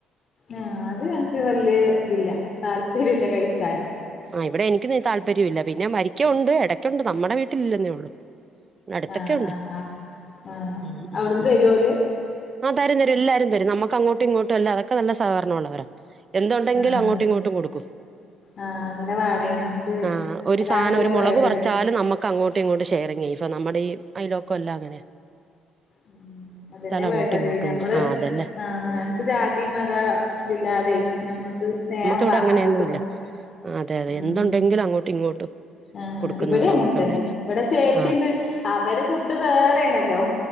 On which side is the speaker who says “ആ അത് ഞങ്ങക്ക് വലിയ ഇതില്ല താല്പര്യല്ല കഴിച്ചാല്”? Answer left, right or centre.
Left